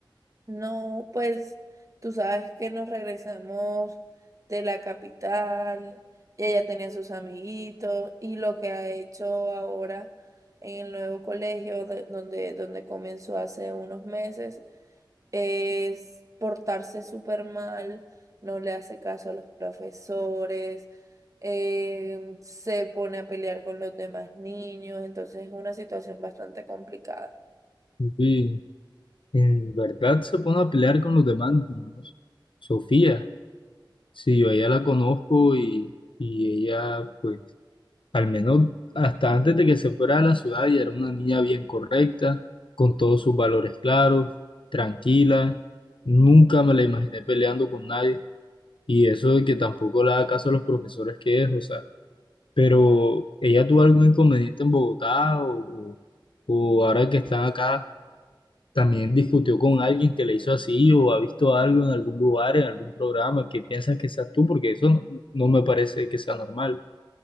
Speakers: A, on the right; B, on the left.
A: No, pues tú sabes que nos regresamos de la capital y ella tenía sus amiguitos y lo que ha hecho ahora en el nuevo colegio de- donde, donde comenzó hace unos meses es portarse súper mal, no le hace caso a los profesores, eh, se pone a pelear con los demás niños, entonces es una situación bastante complicada.
B: Sí. en verdad se pone a pelear con los demás niños. Sofía. Sí, yo a ella la conozco y, y ella, pues, al menos hasta antes de que se fuera a la ciudad, ella era una niña bien correcta, con todos sus valores claros, tranquila. Nunca me la imaginé peleando con nadie. Y eso de que tampoco le da caso a los profesores que es, o sea, pero ella tuvo algún inconveniente en Bogotá o, o o ahora que están acá. También discutió con alguien que le hizo así o ha visto algo en algún lugar, en algún programa que piensas que seas tú, porque eso no, no me parece que sea normal.